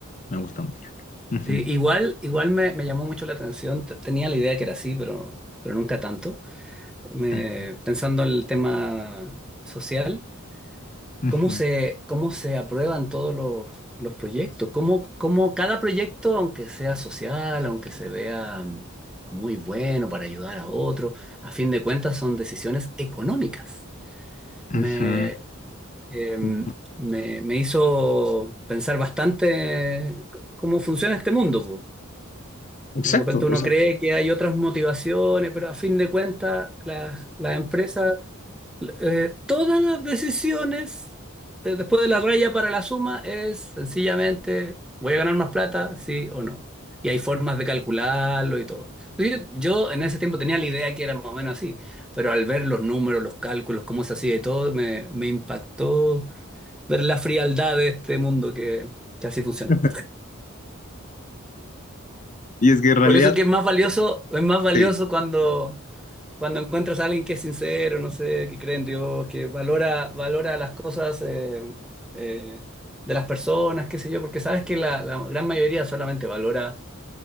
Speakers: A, on the left; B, in the centre.
A: me gusta mucho. Ujú,
B: Sí, igual, igual me, me llamó mucho la atención, t- tenía la idea que era así, pero, pero nunca tanto. me-
A: ujú,
B: pensando en el tema social,
A: ujú,
B: ¿cómo se, cómo se aprueban todos los, los proyectos? ¿Cómo, cómo cada proyecto, aunque sea social, aunque se vea mm, muy bueno para ayudar a otro, a fin de cuentas son decisiones económicas? Me,
A: ujú,
B: em,
A: ujú.
B: me, me hizo pensar bastante c- cómo funciona este mundo. po.
A: Exacto,
B: De repente uno
A: o sea,
B: cree que hay otras motivaciones, pero a fin de cuentas las las empresas Eh, todas las decisiones de- después de la raya para la suma es sencillamente, ¿voy a ganar más plata? Sí o no. Y hay formas de calcularlo y todo. Entonces, yo, yo en ese tiempo tenía la idea que era más o menos así, pero al ver los números, los cálculos, cómo se hacía y todo, me, me impactó ver la frialdad de este mundo que, que así funciona.
A: <laughs> y es que en realidad,
B: Por eso que es más valioso, es más valioso
A: sí,
B: cuando Cuando encuentras a alguien que es sincero, no sé, que cree en Dios, que valora, valora las cosas eh, eh, de las personas, qué sé yo, porque sabes que la, la gran mayoría solamente valora